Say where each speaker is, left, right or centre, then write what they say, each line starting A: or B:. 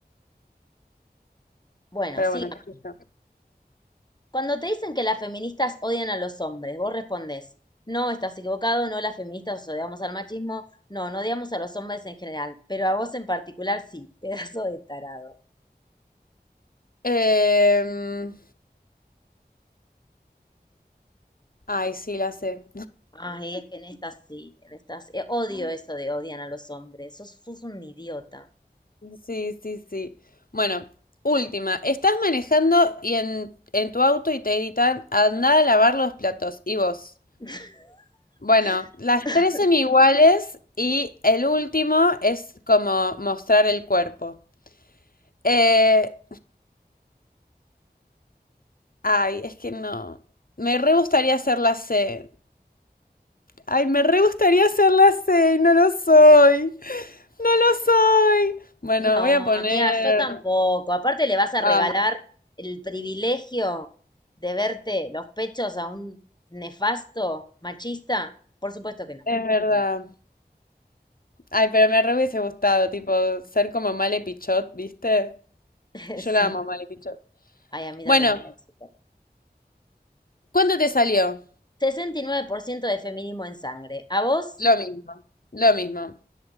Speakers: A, on the left; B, on the left.
A: Bueno,
B: pero
A: siga.
B: bueno, qué sé yo.
A: Cuando te dicen que las feministas odian a los hombres, vos respondés, no, estás equivocado, no, las feministas os odiamos al machismo, no, no odiamos a los hombres en general, pero a vos en particular sí, <laughs> pedazo de tarado.
B: Em, ay, sí, la C.
A: Ay, es que en estas sí, en estas, eh, odio eso de odian a los hombres, sos, sos un idiota.
B: Sí, sí, sí. Bueno, última. Estás manejando y en, en tu auto y te gritan, andá a lavar los platos. Y vos.
A: <laughs>
B: Bueno, las tres son iguales y el último es como mostrar el cuerpo. Eh, ay, es que no. Me re gustaría hacer la C. Ay, me re gustaría hacer la C y no lo soy. No lo soy. Bueno,
A: No,
B: voy a poner...
A: amiga, yo tampoco. Aparte le vas a
B: Ah,
A: regalar el privilegio de verte los pechos a un nefasto machista. Por supuesto que no.
B: es verdad. Ay, pero me re hubiese gustado, tipo, ser como Male Pichot, ¿viste?
A: <laughs>
B: Yo
A: Sí.
B: la amo a Male Pichot.
A: Ay, a mí
B: Bueno,
A: también me cae súper.
B: ¿cuánto te salió?
A: sesenta y nueve por ciento de feminismo en sangre. A vos,
B: Lo mismo, lo mismo.